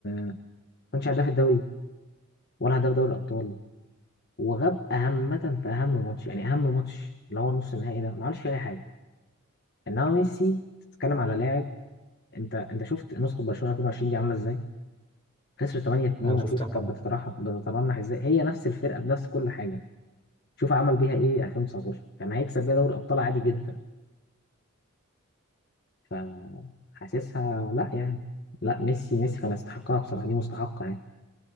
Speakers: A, on the left (about 50°); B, on the left (about 25°).
A: ما كانش هداف الدوري ولا هداف دوري الابطال وغاب اهمه في اهم ماتش يعني اهم ماتش اللي هو نص النهائي ده ما عملش فيه اي حاجه انما ميسي تتكلم على لاعب انت انت شفت نسخه برشلونه 2020 دي عامله ازاي خسر 8-2
B: انا شفتها
A: وشوف
B: طبعا
A: كانت بتترحم بتترنح ازاي هي نفس الفرقه بنفس كل حاجه شوف عمل بيها ايه 2019 كان هيكسب بيها دوري ابطال عادي جدا فحاسسها لا يعني لا ميسي ميسي كان يستحقها بصراحة دي مستحقة يعني